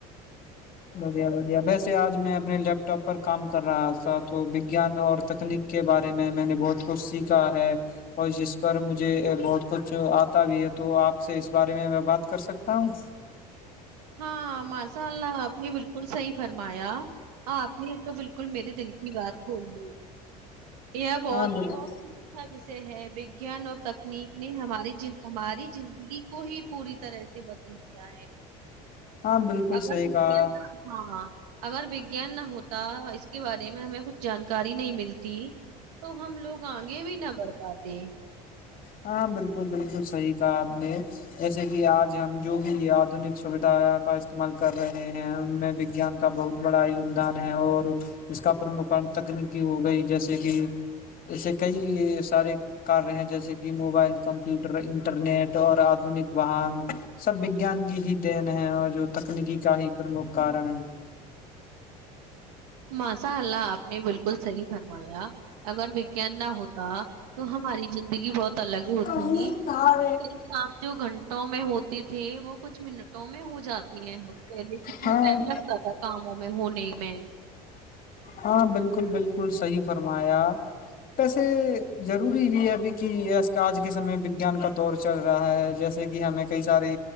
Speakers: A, on the left (about 45°); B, on the right (about 85°).
A: بدیا بدیا ویسے آج میں اپنے لیپ ٹاپ پر کام کر رہا تھا تو وگیان اور تکنیک کے بارے میں میں نے بہت کچھ سیکھا ہے اور جس پر مجھے بہت کچھ آتا بھی ہے تو آپ سے اس بارے میں میں بات کر سکتا ہوں
B: ہاں مسال نے بالکل صحیح فرمایا آپ میں تو بالکل میرے دل کی بات بول رہ یہ بہت
A: ہاں بالکل
B: بہت کس سے ہے گان اور تکنیک نے ہماری ہماری زندگی کو ہی پوری طرح سے بدل دیا ہے
A: ہاں بالکل
B: اگران
A: صحیح کہا
B: نہ ہاں اگر وگان نہ ہوتا اس کے بارے میں ہمیں کچھ جانکاری نہیں ملتی تو ہم لوگ آگے بھی نہ بڑھ پاتے
A: ہاں بالکل بالکل صحی کہا آپ نے جیسے کہ آج ہم جو بھی آدنک سویدھا کا استعمال کر رہے ہیں ان میں وگان کا بہت بڑا یگدان ہے اور اس کا پرمکھ تکنیکی ہو گئی جیسے کہ ایسے کئی سارے کاریہ ہیں جیسے کہ موبائل کمپیوٹر انٹرنیٹ اور آدنک واہن سب وگان کی ہی دین ہے اور جو تکنیکی کا ہی پرمکھ کارن ہے
B: ماساء اللہ آپ نے بالکل صحیح فرمایا اگر وگیان نہ ہوتا تو ہماری زندگی بہت الگ ہوتی
A: کہیں تھا
B: کئی کام جو گھن میں ہوتی تھھی وہ کچھ منٹوں میں ہو جاتی ہیں پہلے کتنا
A: ہاں
B: ٹائم لگتا تھا کاموں میں ہونے میں
A: ہاں بالکل بالکل صحیح فرمایا ویسے ضروری بھی ہے ابھی کہ آج کے سمے وگیان کا دور چل رہا ہے جیسے کہ ہمیں کئی ساری